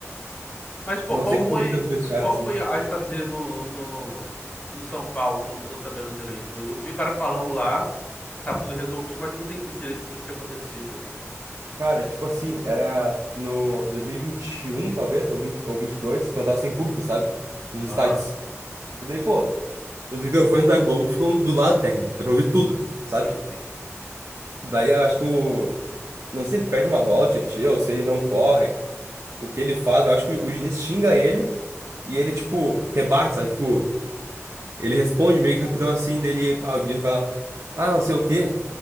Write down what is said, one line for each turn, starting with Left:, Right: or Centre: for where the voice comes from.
Left: Mas, pô,
Right: Não
Left: qual
Right: sei
Left: foi,
Right: como ele lida com o vestiário
Left: qual
Right: assim.
Left: foi a história dele no, no, no São Paulo, que eu não tô sabendo direito? Eu, eu vi o cara falando lá, sabe, tudo resolvido, mas não entendi direito o que que tinha acontecido.
Right: Cara, tipo assim, era no 2021 talvez, ou 20, ou 22, quando tava sem público, sabe? Nos
Left: Aham,
Right: estádios. E daí, pô, os microfones da Globo ficam do lado técnico, dá pra ouvir tudo, sabe?
Left: sim, sim.
Right: Daí eu acho que o não sei se ele perde uma bola, o Tietchan, ou se ele não corre. o que ele faz, eu acho que o Diniz xinga ele e ele, tipo, rebate, sabe? Tipo, ele responde meio que rapidão assim, dele, ah, o Diniz vai lá, ah, não sei o quê,